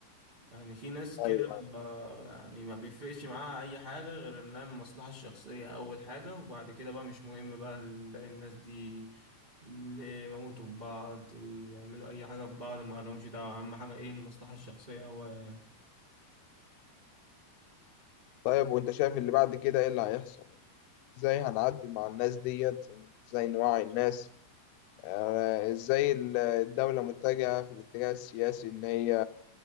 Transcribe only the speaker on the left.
أيوه
طيب وأنت شايف اللي بعد كده إيه اللي هيحصل؟ يعني إزاي هنعدي مع الناس ديت؟ إزاي نوعي الناس؟ آه، إزاي الدولة متجهة في الاتجاه السياسي إن هي